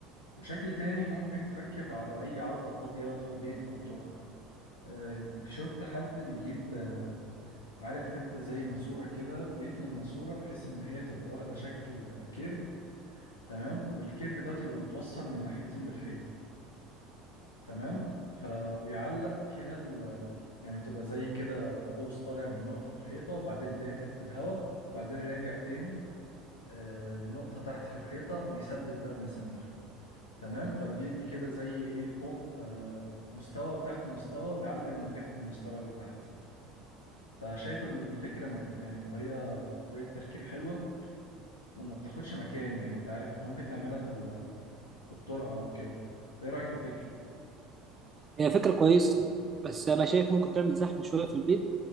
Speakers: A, on the left; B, on the right.
A: وشكل تاني ممكن تركب على اي عارضه فاضيه في البيت او طرقه آه، شفت حد بيجيب آه، عارف انت زي ماسوره كده ويتني الماسوره بحيث ان هي تبقى واخده شكل آه، كيرف تمام والكيرف دوت يبقى متوصل من ناحيتين بالحيطه تمام ف ويعلق فيها ال... يعني تبقى زي كده قوس طالع من نقطة في الحيطة وبعدين لافف في الهواء وبعدين راجع تاني آه لنقطة تحت في الحيطة ويثبت بقى بمسامير تمام فبيدي كده زي ايه فوق آه مستوى وتحت مستوى وبيعلق المرجحة في المستوى اللي تحت فشايف الفكرة مت... يعني الطريقة طريقة تركيب حلوة وما بتاخدش مكان يعني انت عارف انت ممكن تعملها في ال... في الطرقة او كده فايه رأيك في الفكرة؟
B: هي فكره كويسه بس انا شايف ممكن تعمل زحمه شويه في البيت